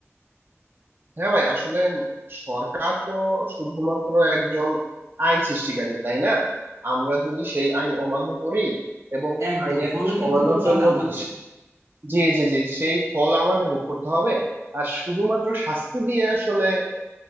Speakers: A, on the right; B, on the right.
A: হ্যাঁ ভাই আসলে সরকার তো শুধুমাত্র একজন আইন সৃষ্টিকারী তাই না আমরা যদি সেই আইন অমান্য করি এবং
B: একদম
A: আইনের
B: ফলো কিন্তু
A: অমান্যর
B: করতে
A: জন্য
B: হবে আমাদেরই
A: যদি জি জি জি সেই ফল আমাদের ভোগ করতে হবে আর শুধুমাত্র শাস্তি দিয়ে আসলে